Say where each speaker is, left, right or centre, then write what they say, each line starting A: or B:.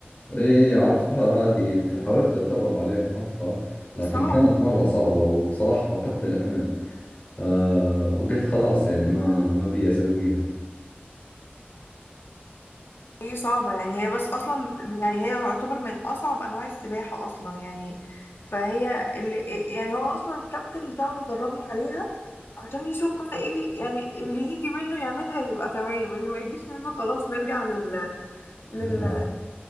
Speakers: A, on the left (about 40°); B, on the left (about 70°).
A: اي اعرفها هذه ت- حاولت اتدرب عليها فترة لكن
B: صعبة
A: كانت مرة صعبة وصراحة فقدت الامل آه وقلت خلاص يعني ما ما بي اسويها
B: هي صعبة يعني هي بس أصلا بت... يعني هي تعتبر من أصعب أنواع السباحة أصلا يعني فهي اللي يعني هو أصلا الكابتن بتاعنا دربنا عليها عشان يشوف بقى إيه يعني اللي يجي منه يعملها يبقى تمام اللي ما يجيش منه خلاص نرجع لل... لل...
A: <laughs>